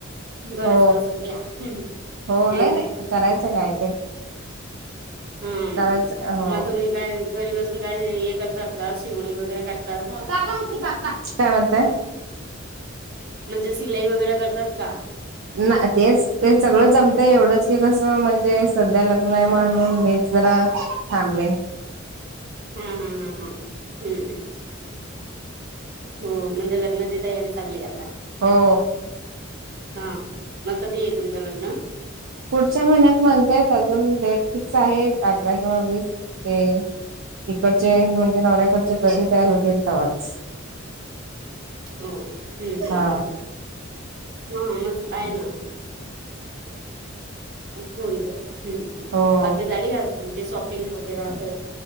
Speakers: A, on the right (about 50°); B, on the right (about 70°).
A: घरीच
B: हो
A: बसून घ्या नाही
B: हो
A: ग
B: नाही
A: ना
B: करायचं कायतर
A: हा
B: करायचं हो
A: मग तुम्ही काय घरी बसून काय हे करतात का शिवणी वगैरे करतात
B: काय म्हणताय?
A: म्हणजे सिलाई वगैरे करतात का?
B: ना तेच ते सगळं जमतय एवढंच की कसं म्हणजे सध्या लग्न आहे म्हणून मी जरा थांबले.
A: हम्म हम्म हम् हम् हम्म हो म्हणजे लग्नाचे तयारी चालली आता.
B: हो
A: हा मग कधी आहे तुमचं लग्न?
B: पुढच्या महिन्यात म्हणतेत अजून डेट फिक्स आहे अठरा किंवा वीस ते इकडचे म्हणजे नवऱ्याकडचे कधी तयार होतील तवाच
A: हो हम्म हम्म
B: हा.
A: हम्म ह मग काय ना हून जाईल.
B: हो
A: बाकी झाली का तुमची शॉपिंग वगैरे असे